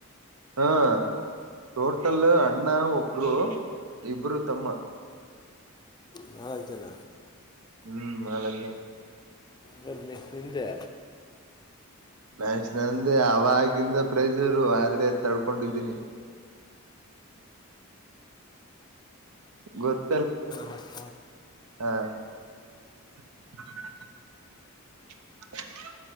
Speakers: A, on the right (about 85°); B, on the left (about 20°).
A: ಹಾ ಟೋಟಲ್ ಅಣ್ಣ ಒ ಇಬ್ರು ಇಬರು ತಮ್ಮ.
B: ನಾಲಕ್ ಜನ
A: ಹ್ಮ್ ನಾಲಕ್ ಜನ.
B: ಬದ ನೆಕ್ಸ್ಟ್ ನಿಿಂದೆ
A: ಮ್ಯಾಚ್ ನಂದ ಅವಾಗಿಂದ ಪ್ರೈಜ್ ಇರು ಆದ್ರೆ ತಳ್ಕೊಂಡಿದ್ದೀನಿ. ಗೊತ್
B: ನಮಸ್.
A: ಹಾ ಹ ಹ ಹ